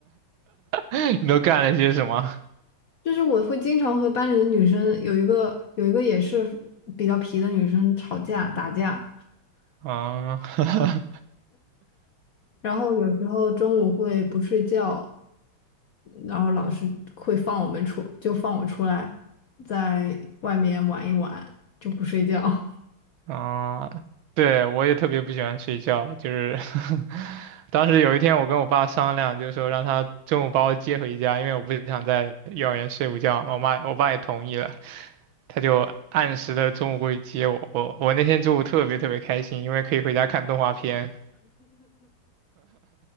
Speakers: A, on the right; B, on the left.
A: <laughs> 你都干了些什么？
B: 就是我会经常和班里的女生有一个有一个也是比较皮的女生吵架打架，
A: 啊，<laughs>
B: 然后有时候中午会不睡觉，然后老师会放我们出，就放我出来，在外面玩一玩，就不睡觉。
A: 啊，对，我也特别不喜欢睡觉，就是 <laughs> 当时有一天我跟我爸商量，就是说让他中午把我接回家，因为我不想在幼儿园睡午觉嘛我妈我爸也同意了，他就按时的中午过去接我。我我那天中午特别特别开心，因为可以回家看动画片。